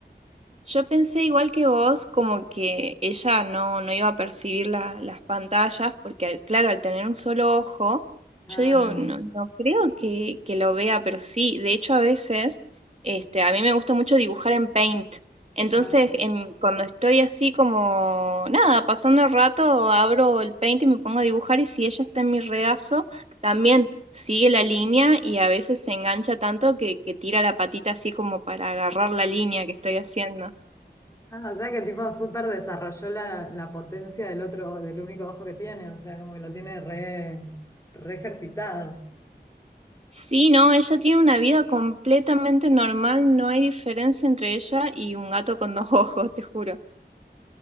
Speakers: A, on the right; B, on the left.
A: Yo pensé igual que vos, como que ella no, no iba a percibir la- las pantallas, porque al- claro, al tener un solo ojo,
B: Ah,
A: yo digo, no, no creo que, que lo vea, pero sí, de hecho a veces, este, a mí me gusta mucho dibujar en Paint. Entonces,
B: ah,
A: en- cuando estoy así como, nada, pasando el rato, abro el Paint y me pongo a dibujar, y si ella está en mi regazo, también sigue la línea y a veces se engancha tanto que, que tira la patita así como para agarrar la línea que estoy haciendo.
B: ah, o sea que tipo súper desarrolló la, la potencia del otro, del único ojo que tiene, o sea, como que lo tiene re, re ejercitado.
A: Sí, no, ella tiene una vida completamente normal, no hay diferencia entre ella y un gato con dos <laughs> ojos, te juro.